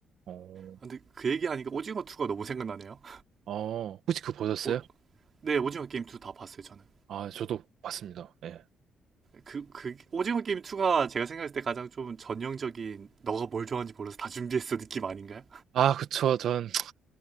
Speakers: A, on the right; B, on the right.
A: 어,
B: 아, 근데 그 얘기하니까 오징어 2가 너무 생각나네요.
A: 어, 혹시 그거
B: <laughs>
A: 보셨어요?
B: 오, 네, 오징어 게임 2 다 봤어요, 저는.
A: 아, 저도 봤습니다. 예.
B: 그, 그, 오징어 게임 2가 제가 생각했을 때 가장 좀 전형적인 너가 뭘 좋아하는지 몰라서 다 준비했어 느낌 아닌가요?
A: 아, 그쵸. 전